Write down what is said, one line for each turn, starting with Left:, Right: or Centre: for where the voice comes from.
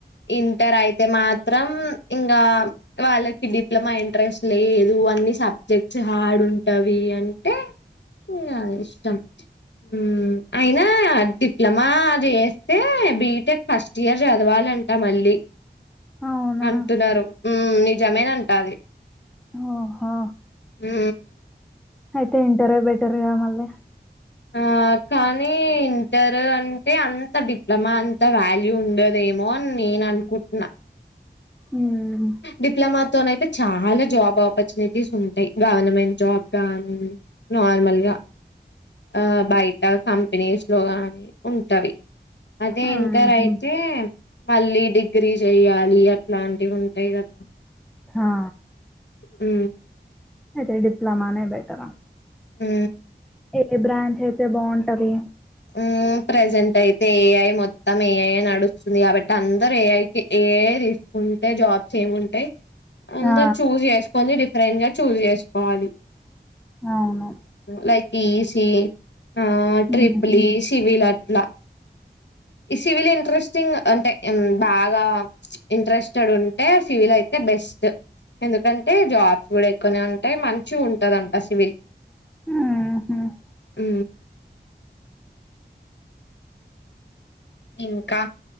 Left: ఇంటర్ అయితే మాత్రం ఇంకా వాళ్ళకి డిప్లొమా ఇంట్రెస్ట్ లేదు అన్ని సబ్జెక్ట్స్ హార్డ్ ఉంటావి అంటే ఇంగ ఇష్టం హు అయినా డిప్లొమా చేస్తే బీటెక్ ఫస్ట్ ఇయర్ చదవాలం అంట మళ్ళీ
Centre: అవునా
Left: అంటున్నారు హు నిజమేనంట ఆది
Centre: ఓహో
Left: హు
Centre: అయితే ఇంటరే బెటర్ గా మళ్ళీ
Left: ఆ కానీ ఇంటర్ అంటే అంత డిప్లొమా అంత వాల్యూ ఉండదేమో అని నేను అనుకుంటున్నా
Centre: ఉమ్
Left: డిప్లొమా తోనైతే చాలా జాబ్ అవ్వ ఉంటాయి గవర్నమెంట్ జాబ్ కాగానీ నార్మల్ గా ఆ బయట కంపెనీస్ లో గాని ఉంటవి అదే
Centre: ఆహా
Left: ఇంటర్ అయితే మళ్ళీ డిగ్రీ చెయాలి అట్లాంటివి ఉంటాయి కదా
Centre: ఆ
Left: ఉ
Centre: అయితే డిప్లమానే బెటర్
Left: హ
Centre: ఏ బ్రాంచ్ అయితే బాగుంటది
Left: ఆ ప్రజెంట్ అయితే ఏఐ మొత్తం ఏఐ అ నడుస్తుంది కాబట్టి అందరు ఏఐకి ఏది ఉంటాయి జాబ్స్ ఏమి ఉంటాయి అందరు
Centre: ఆ
Left: చూజ్ చేసుకోని డిఫరెంట్ గా చూజ్ చేసుకోవాలి
Centre: అవును
Left: లైక్ ఈసి ఆ
Centre: హ్మ్
Left: ట్రిపలీ సిివిలా ట్లా ఈ సివిల్ ఇంట్రెస్టింగ్ అంటే బాగా ఇంట్రెస్టెడ్ ఉంటే సివిల్ అయితే బెస్ట్ ఎందుకంటే జాబ్స్ కూడా ఎక్కువనే ఉంటాయి మంచి ఉంటదంట సివిల్
Centre: ఆ
Left: అ ఇంకా